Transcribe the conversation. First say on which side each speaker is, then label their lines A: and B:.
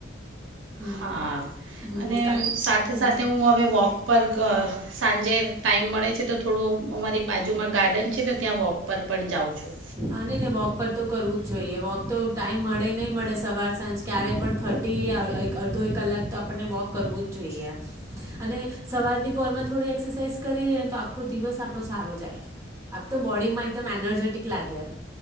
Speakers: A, on the right (about 15°); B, on the right (about 80°).
A: હમ
B: હા,
A: હમ
B: અને
A: કા
B: સાથે
A: હમ
B: સાથે હું હવે વોક પર કઅ સાંજે ટાઈમ મળે છે તો થોડું અમારી બાજુમાં ગાર્ડન છે ને ત્યાં વોક પર પણ જાઉં છું.
A: આને ને વોક પર તો કરવું જ જોઈએ. વોક તો ટાઈમ મળે નઈ મળે સવા વાર સાંજ ક્યારે પણ થર્ટી આવે-આયક-અડધો એક કલાક તો આપણને વોક કરવું જ જોઈએ. અને સવારની પોરમાં થોડી એક્સરસાઈઝ કરી લે તો આખો દિવસ આપણો સારો જાય. આપ તો બોડીમાં એકદમ એનર્જેટિક લાગે.